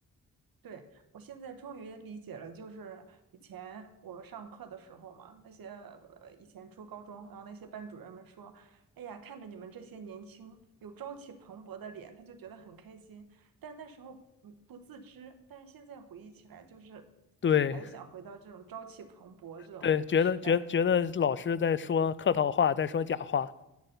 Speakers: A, on the right (about 85°); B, on the left (about 35°).
A: 对我现在终于理解了，就是以前我上课的时候嘛，那些呃以前初高中，然后那些班主任们说，哎呀，看着你们这些年轻有朝气蓬勃的脸，他就觉得很开心。但那时候嗯不自知，但是现在回忆起来，就是
B: 对，
A: 还是想回到这种朝气蓬勃这种时代。
B: 对，觉得觉觉得老师在说客套话，在说假话，